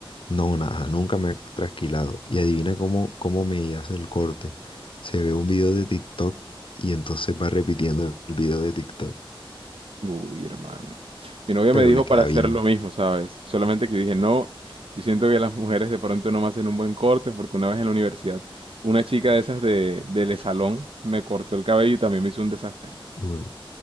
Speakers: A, on the left; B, on the right.
A: No, nada, nunca me ha trasquilado. Y adivina cómo, cómo me hace el corte. Se ve un video de TikTok y entonces va repitiendo el video de TikTok,
B: Uy, hermano. Mi novia
A: pero
B: me dijo
A: le queda
B: para hacer
A: bien.
B: lo mismo, ¿sabes? Solamente que yo dije, no, yo siento que las mujeres de pronto no me hacen un buen corte porque una vez en la universidad una chica de esas de, del salón me cortó el cabello y también me hizo un desastre.
A: Uy.